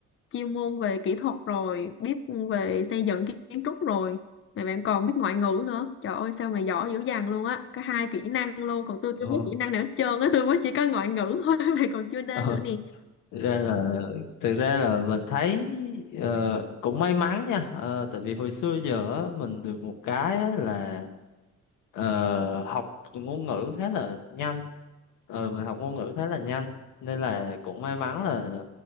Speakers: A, on the left (about 45°); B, on the left (about 85°).
A: chuyên môn về kỹ thuật rồi biết về xây dựng kiến trúc rồi mà bạn còn biết ngoại ngữ nữa trời ơi sao mà giỏi dữ dằn luôn á có hai kỹ năng luôn còn tôi
B: Ờ,
A: chưa biết kỹ năng nào hết trơn á tôi mới chỉ có ngoại ngữ thôi <laughs> mà còn chưa nên
B: ờ,
A: nữa nè
B: thực ra là thực ra là mình thấy ờ, cũng may mắn nha Ờ, tại vì hồi xưa giờ á, mình được một cái á là ờ, học ngôn ngữ khá là nhanh Ờ, mình học ngôn ngữ khá là nhanh nên là cũng may mắn là